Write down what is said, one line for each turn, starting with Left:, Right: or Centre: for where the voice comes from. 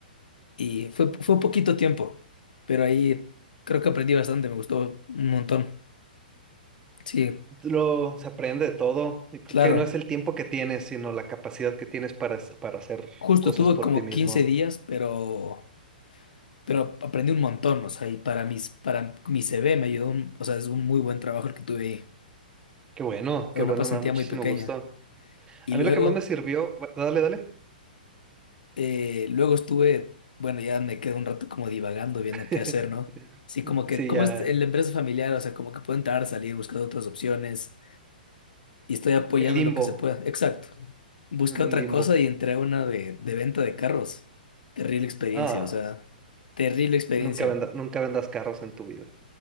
Left: Y fue, fue poquito tiempo, pero ahí creo que aprendí bastante, me gustó un montón. Sí,
Right: Lo, se aprende de todo. Y creo
Left: claro.
Right: que no es el tiempo que tienes, sino la capacidad que tienes para, hac- para hacer
Left: Justo
Right: cosas
Left: estuve
Right: por
Left: como
Right: ti mismo.
Left: 15 días, pero, pero aprendí un montón, o sea, y para mis, para mi CV me ayudó, un- o sea, es un muy buen trabajo el que tuve ahí.
Right: Qué bueno,
Left: Era
Right: qué bueno,
Left: una pasantía
Right: me da muchísimo
Left: muy pequeña.
Right: gusto.
Left: Y
Right: A
Left: luego,
Right: mí lo que más me sirvió, bu- dale, dale.
Left: eh, luego estuve, bueno, ya me quedé un rato como divagando, viendo
Right: <laughs>
Left: qué hacer, ¿no? Sí, como que,
Right: Sí,
Left: como
Right: ya.
Left: es la empresa familiar, o sea, como que puedo entrar, salir, buscar otras opciones, y estoy apoyando
Right: El limbo.
Left: en lo que se pueda. Exacto. Busqué
Right: En
Left: otra
Right: un limbo.
Left: cosa y entré a una de, de venta de carros. Terrible experiencia,
Right: Ah,
Left: o sea, terrible experiencia.
Right: nunca venda- nunca vendas carros en tu vida.